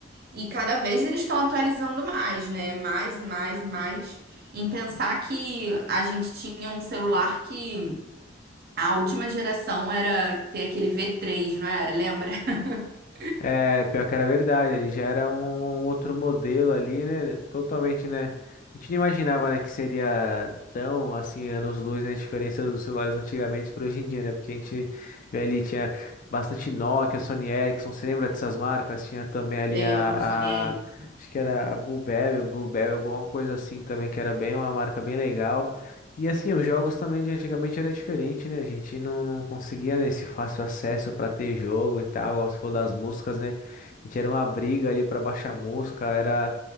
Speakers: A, on the right (about 55°); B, on the left (about 45°).
A: E cada vez eles estão atualizando mais, né? Mais e mais e mais. Em pensar que a gente tinha um celular que a última geração era ter aquele V3, não era? Lembra? <laughs>
B: É, pior que era verdade, ele já era um um outro modelo ali, né? Totalmente, né? A gente não imaginava, né, que seria tão, assim, anos-luz, né? A diferença dos celulares antigamente para hoje em dia, né? Porque a gente vê ali, tinha bastante Nokia, Sony Ericsson, você lembra dessas marcas? Tinha também ali
A: Lembro,
B: a,
A: Sony Ericsson.
B: a- acho que era a Bluebell, Bluebell, alguma coisa assim também, que era bem uma marca bem legal. E assim, os jogos também de antigamente era diferente, né? A gente não, não conseguia, né, esse fácil acesso para ter jogo e tal, igual você falou das músicas, né? A gente era uma briga ali para baixar música, era